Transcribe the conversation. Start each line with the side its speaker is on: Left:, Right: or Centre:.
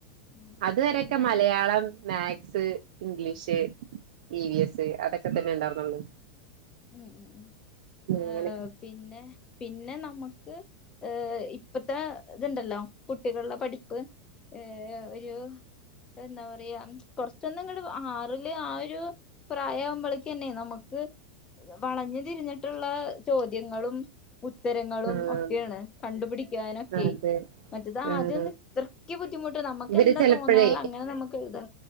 Left: ഉം
Right: അത് വരേക്കെ
Left: പിന്നെ
Right: Malayalam maths English E V S അതൊക്കെ തന്നെ ഉണ്ടായിർന്നൊള്ളു
Left: ഉം ഉം ഉം
Right: അങ്ങനെ
Left: ആഹ് പിന്നെ പിന്നെ നമുക്ക് ഏഹ് ഇപ്പത്തെ ഇതുണ്ടല്ലോ കുട്ടികളുടെ പഠിപ്പ് ഏഹ് ആ ഒരു എന്താ പറയാ കൊറച്ചൊന്ന്ങ്ട് ആറില് ആ ഒരു പ്രായാവുമ്പളേക്കെന്നെ നമക്ക് വളഞ്ഞ് തിരിഞ്ഞിട്ട്ള്ള ചോദ്യങ്ങളും ഉത്തരങ്ങളും
Right: ആഹ്
Left: ഒക്കെയാണ് കണ്ടുപിടിക്കാനൊക്കെ
Right: അതെ
Left: മറ്റെത്
Right: ആഹ്
Left: ആദ്യൊന്നും ഇത്രയ്ക്ക് ബുദ്ധിമുട്ട് നമ്മക്ക്
Right: ഇവര്
Left: എന്താ
Right: ചെലപ്പഴേ
Left: തോന്ന്ണത് അങ്ങനെ നമ്മക്ക് എഴുതാ